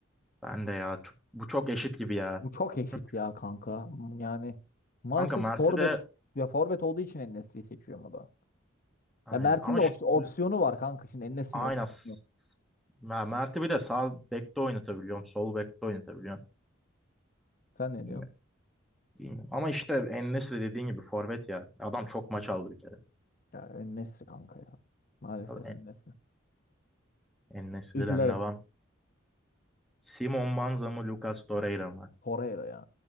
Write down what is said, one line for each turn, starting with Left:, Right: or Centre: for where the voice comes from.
Centre: Ben de ya. çok- bu çok eşit gibi ya.
Left: Bu çok eşit
Centre: Çünkü
Left: ya kanka. Hmm, Yani maalesef
Centre: kanka Mert'i
Left: forvet
Centre: de
Left: ya forvet olduğu için En-Nesyri'yi seçiyorum o da.
Centre: aynen
Left: Ya Mert'in
Centre: ama
Left: de ops-
Centre: şimdi
Left: opsiyonu var kanka. Şimdi En-Nesyri'nin
Centre: aynen
Left: opsiyonu
Centre: s-
Left: yok.
Centre: s- Ma- Mert'i bir de sağ bekte oynatabiliyorum. Sol bekte oynatabiliyorum.
Left: Sen ne
Centre: Bilmiyorum.
Left: diyorsun?
Centre: bilmiyorum. Ama işte En-Nesyri dediğin gibi forvet ya. Adam çok maç aldı bir kere.
Left: Ya En-Nesyri kanka ya. Maalesef
Centre: Tabii
Left: En-Nesyri.
Centre: En- En-Nesyri'den
Left: Üzülerek.
Centre: devam. Simon Banza mı Lucas Torreira mı?
Left: Torreira ya.